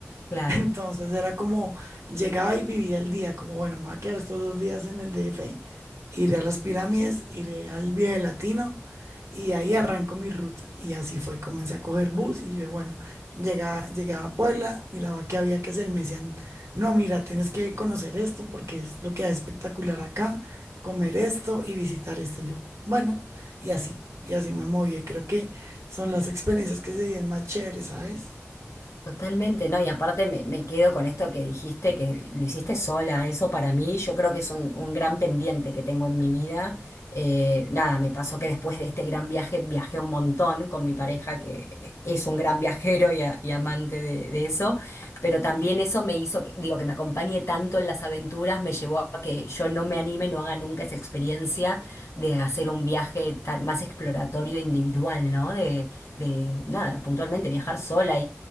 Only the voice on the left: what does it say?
Claro.
Totalmente, no, y aparte me, me quedo con esto que dijiste, que lo hiciste sola, eso para mí yo creo que es un, un gran pendiente que tengo en mi vida. Eh, nada, me pasó que después de este gran viaje viajé un montón con mi pareja, que es un gran viajero y, a- y amante de, de eso, pero también eso me hizo, que, digo, que me acompañe tanto en las aventuras, me llevó a que yo no me anime, no haga nunca esa experiencia de hacer un viaje tan- más exploratorio individual, ¿no? De, de nada, puntualmente viajar sola